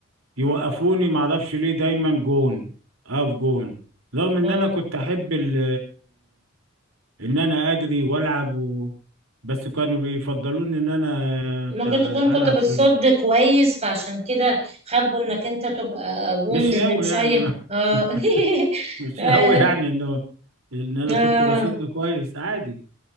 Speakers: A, on the right (about 85°); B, on the right (about 30°).
A: يوقفوني معرفش ليه دايما جون اقف جون رغم ان
B: اه
A: انا كنت احب ال ان انا اجري والعب و... بس كانوا بيفضلوني ان انا
B: ممكن
A: بتاع
B: تكون كنت
A: العب
B: بتصد
A: جون
B: كويس فعشان كده حابه انك انت تبقى جون
A: مش
B: ان
A: قوي
B: مش
A: يعني
B: اي
A: ما-
B: اه
A: <laughs>
B: <laughs>
A: مش
B: اه
A: قوي يعني انه ان انا
B: اه
A: كنت بصد كويس عادي